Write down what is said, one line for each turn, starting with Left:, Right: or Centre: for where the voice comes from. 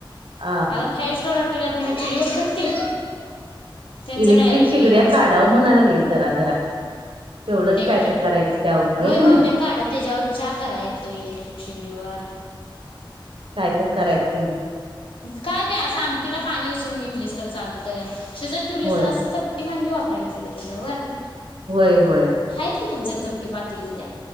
Right: हा
Left: आता
Right: हा
Left: फायव्ह स्टार हॉटेलत नी काय चुलीवर करतील? त्यांच
Right: इलेक्ट्रिक
Left: डायरेक्ट
Right: शिगड्या
Left: हे असतय.
Right: काढावं म्हणाय लागली जरा जरा तेवढंच
Left: इलेक्ट्रिक
Right: काय तर करायचं त्या
Left: होय
Right: का
Left: मम्मे
Right: नाही
Left: काढ त्यज्यावर चा कराय एतोय इलेक्ट्रिक शिगडीवर.
Right: कायतर कराय तेन
Left: काय बी असं आमटीला पाणी उसळून घेतलीस तर चालतय, शीजत ठिवलीसतर
Right: होय
Left: असं चप टि भांडीं वापरायचं गं त्यज्यावर.
Right: होय होय.
Left: आहेत की तुमच्यात चपटी पातीली त्ये